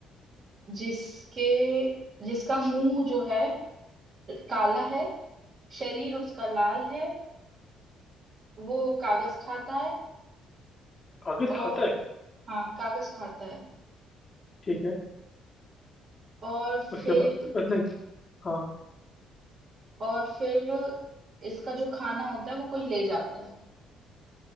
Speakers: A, on the right; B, on the left.
A: जिसके जिसका मुंह जो है काला है शरीर उसका लाल है वो कागज खाता है
B: कागज
A: और
B: खाता है
A: हाँ कागज खाता है
B: ठीक है
A: और फिर
B: उसके बाद बस नहीं हाँ
A: और फिर इसका जो खाना होता है वो कोई ले जाता है